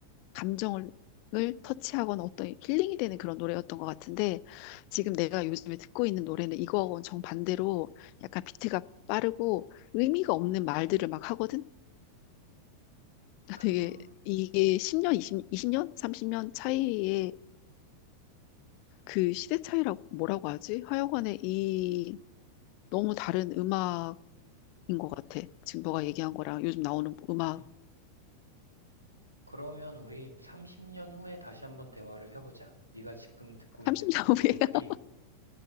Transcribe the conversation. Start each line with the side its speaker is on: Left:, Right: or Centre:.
Left: 감정을 을 터치하거나 어떤 힐링이 되는 그런 노래였던 것 같은데 지금 내가 요즘에 듣고 있는 노래는 이거하고는 정반대로 약간 비트가 빠르고 의미가 없는 말들을 막 하거든?
Right: 음,
Left: <laughs>
Right: 그
Left: 되게 이게 10년, 20, 이십 이십 년 30년 차이의 그 시대 차이라고 뭐라고 하지? 하여간에 이 너무 다른 음악인 것 같아. 지금 너가 얘기한 거랑 요즘 나오는 음악이랑은
Right: 음. 그러면 우리 30년 후에 다시 한번 대화를 해보자. 네가 지금 듣고 있는
Left: 30년
Right: 그
Left: 후에
Right: 노래들이,
Left: <laughs>